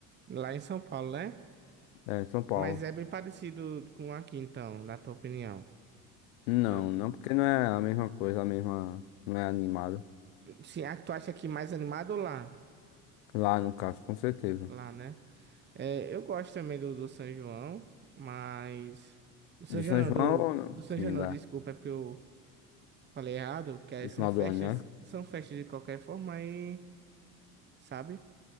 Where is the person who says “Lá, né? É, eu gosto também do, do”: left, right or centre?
Right